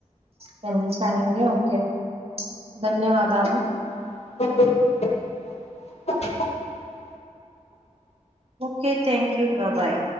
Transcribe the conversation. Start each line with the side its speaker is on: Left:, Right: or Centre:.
Right: ten minutes అయ్యింది ఓకే ధన్యవాదాలు
Left: అ <inaudible> <unintelligible>
Right: ఓకే థ్యాంక్ యూ బా బాయ్